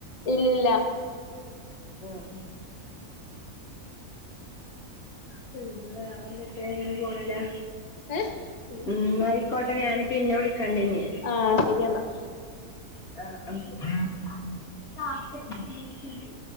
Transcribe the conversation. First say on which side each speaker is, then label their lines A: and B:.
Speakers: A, on the left; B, on the left.
A: ഇല്ലില്ല
B: ആ ആഹ് പിന്നെ വേറെ എന്തൊക്കെയ അങ്ങനെ പോണ്ല്ലേ
A: ഏഹ്
B: ഉം ന്നാ ആയിക്കോട്ടെ ഞാന് പിന്നെ വിളിക്കണ്ടിനി
A: ആഹ് ശരിയെന്നാ
B: ആഹ് ആഹ്